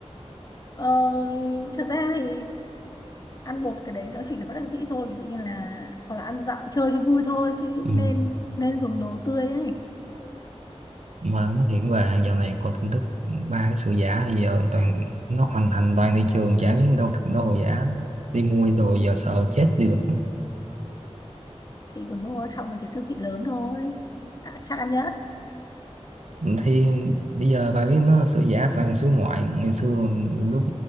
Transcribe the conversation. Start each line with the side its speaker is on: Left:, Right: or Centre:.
Left: Ờ, thật ra thì ăn bột cái đấy nó chỉ là bất đắc dĩ thôi ví dụ như là hoặc là ăn dặm chơi cho vui thôi chứ
Right: ừ.
Left: nên nên dùng đồ tươi ấy
Right: mà nó thiệt và giờ này có tin tức ba cái sự giả gì giờ toàn nó hoành hành toàn thị trường chả biết đâu thật đâu là giả đi mua đồ giờ sợ chết đi được
Left: thì cứ mua ở trong một cái siêu thị lớn thôi à, chắc ăn nhất
Right: Ừ, thì bây giờ bà biết nó sửa giả toàn sửa ngoại ngày xưa lúc